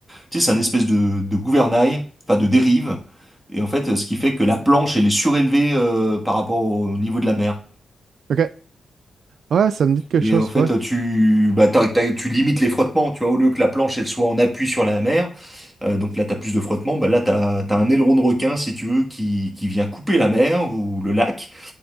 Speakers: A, in the centre; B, on the right.
A: Tu sais, c'est un espèce de, de gouvernail, enfin de dérive. Et en fait, ce qui fait que la planche, elle est surélevée euh, par rapport au niveau de la mer.
B: OK. Ouais, ça me dit de quelque
A: Et
B: chose,
A: en fait,
B: ouais.
A: tu, bah, t'as- t'as- tu limites les frottements, tu vois, au lieu que la planche, elle soit en appui sur la mer, euh, donc là, tu as plus de frottements, bah, là, tu as, un aileron de requin, si tu veux, qui, qui vient couper la mer ou le lac,